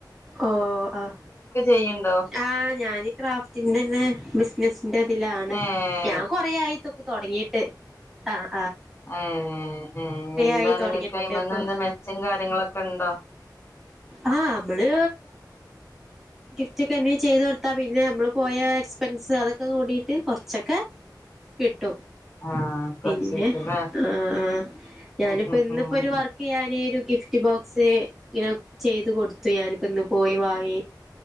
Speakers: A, in the centre; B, on the left.
A: ഓഹ്
B: ചെയ്യ്ണ്ടോ
A: ആഹ് ഞാൻ ക്രാഫ്റ്റിന്റെന്നെ ബിസിനസ് ന്റെതിലാണ്
B: ഏഹ്
A: ഞാൻ കൊറ ആയിതൊക്കെ തോടങ്ങിട്ട് ആഹ്
B: ഏ ഏ എന്താണ്ങ്ങക്കയ്മന്നെന്താണ്
A: ആയി തുടങ്ങിട്ട് ഇപ്പൊ
B: മെച്ചം കാര്യങ്ങളൊക്കെണ്ടോ
A: ആ നമ്മള് ഗിഫ്റ്റ് ഒക്കെ ചെയ്ത് ത്ത പിന്നെ നമ്മൾ പോയ എക്സ്പെൻസ് അതൊക്കെ കൂടിയിട്ട് കുറച്ചൊക്കെ കിട്ട് ട്ടും
B: ആഹ് കൊർച്ചീച്ചെലേ
A: പിന്നെ ആ ഞാനിപ്പോ
B: ഉം ഉം
A: ഇന്നിപ്പോ
B: ഉം
A: ഒരു വർക്ക് ചെയ്യാനിരു ഗിഫ്റ്റ് ബോക്സ് ഇങ്ങനെ ചെയ്ത് കൊടു ത്തു ഞാനിപ്പോ ഇന്ന് പോയി വാങ്ങി